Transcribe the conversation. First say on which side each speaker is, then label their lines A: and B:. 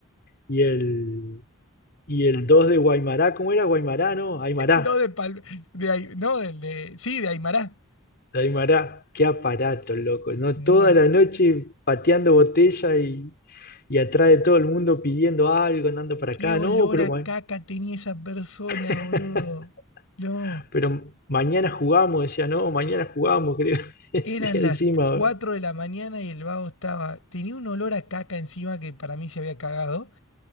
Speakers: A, on the left; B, on the left.
A: y el, y el 2 de Guaymará, ¿cómo era? Guaymará, ¿no?
B: <laughs>
A: Aymará.
B: No de Pal- de Ai- no, del de, sí, de Aymará.
A: de Aymará. Qué aparato, loco. ¿no?
B: No,
A: Toda la noche pateando botella y, y atrás de todo el mundo pidiendo algo, andando para
B: qué
A: acá.
B: olor
A: No, pero,
B: a
A: ma-
B: caca tenía esa persona,
A: <laughs>
B: boludo. No.
A: pero mañana jugamos, decía, no, mañana jugamos, creo. <laughs>
B: Eran
A: Y encima.
B: las 4
A: ¿no?
B: de la mañana y el vago estaba, tenía un olor a caca encima que para mí se había cagado